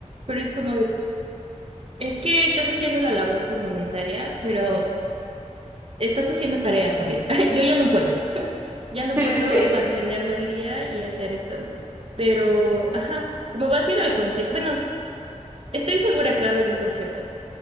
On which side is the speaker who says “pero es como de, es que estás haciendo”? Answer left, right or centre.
Right